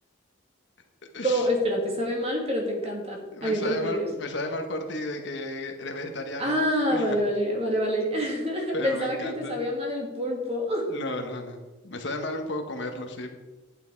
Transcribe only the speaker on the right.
Como, espera, te sabe mal, pero te encanta.
¿A qué
te refieres?
Ah,
vale, vale, vale, vale. <laughs>
Pensaba
que te sabía mal el pulpo. <laughs>